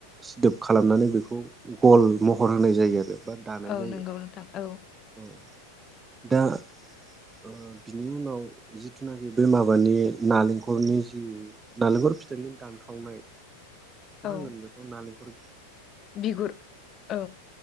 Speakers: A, on the right (about 15°); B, on the left (about 30°).
A: सिदोब खालामनानै बेखौ गल महर होनाय जायो आरो। बा दानाय
B: औ
A: जायो
B: नंगौ नोंथां औ।
A: औ दा। ओ बिनि उनाव जिथुनाखि बे माबानि नालेंखलनि जि नालेंखर फिथाइनि दानखावनाय माहोनगोन
B: औ
A: बेखौ नालेंखरनि
B: बिगुर औ